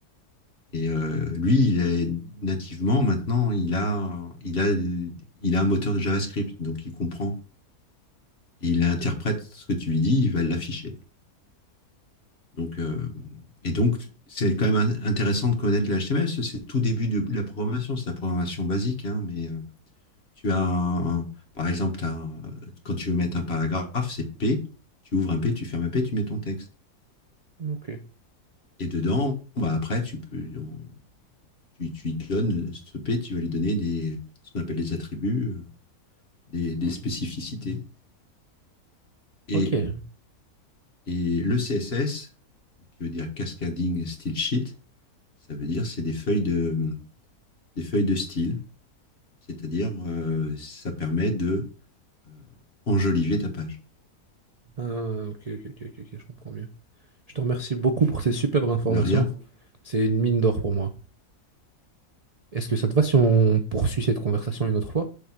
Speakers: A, on the left; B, on the right.
A: Et euh, lui, il est, nativement, maintenant, il a, il, a, il a un moteur de JavaScript. Donc, il comprend. Et il interprète ce que tu lui dis, il va l'afficher. Donc, euh, et donc, c'est quand même in- intéressant de connaître le HTML, parce que c'est tout début de de la programmation, c'est la programmation basique, hein, mais euh, tu as, un- un- par exemple, t'as un- quand tu veux mettre un paragraphe, c'est P, tu ouvres un P, tu fermes un P, tu mets ton texte.
B: Mm, Ok.
A: Et dedans, bah, après, tu peux, on- tu, tu lui donnes ce P, tu vas lui donner des, ce qu'on appelle des attributs, euh, des, des spécificités. Et,
B: Ok.
A: et le CSS, qui veut dire Cascading Style Sheet, ça veut dire c'est des feuilles de, des feuilles de style C'est-à-dire, euh, ça permet de euh, enjoliver ta page.
B: Ah, ok, ok, ok, ok, ok, je comprends mieux. Je te remercie beaucoup pour ces superbes informations.
A: De rien.
B: C'est une mine d'or pour moi. Est-ce que ça te va si on poursuit cette conversation une autre fois?